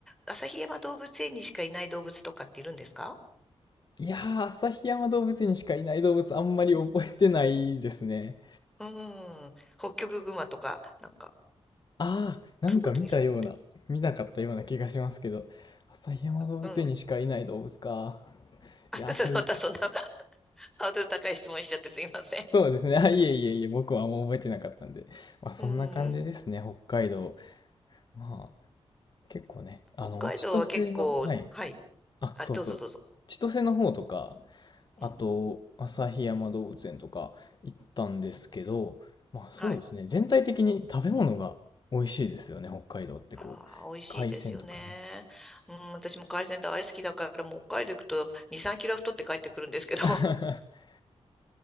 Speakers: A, in the centre; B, on the left.
A: 旭山動物園にしかいない動物とかっているんですか
B: いやー、旭山動物園にしかいない動物あんまり覚えてないですね。
A: うん。ホッキョクグマとか、なんか、
B: あー、
A: どこにでもいるのかね。
B: なんか見たような、見なかったような気がしますけど、旭山動物園にしかいない動物か。
A: うん。<laughs> あ、
B: いやー、
A: ちょっとまたそんな
B: それ、
A: <laughs> ハードル高い質問しちゃってすいません。
B: そうですね。あ、いえいえいえ、僕はもう覚えてなかったんで。まあ、そんな感じですね、
A: <laughs> うん。
B: 北海道。まあ、結構ね、
A: 北海道は結構、
B: あの、千歳の、はい。
A: はい。
B: あ、
A: あ、
B: そうそう。
A: どうぞどうぞ。
B: 千歳の方とか、あと、
A: うん。
B: 旭山動物園とか行ったんですけど、
A: うん。
B: まあそうですね、
A: はい。
B: 全体的に食べ物が美味しいですよね、北海道ってこう。
A: ああ、美味しいですよね。
B: 海鮮とかね。
A: うん、私も海鮮大好きだから、もう北海道行くと2、3キロは太って帰ってくるんですけど、
B: <laughs>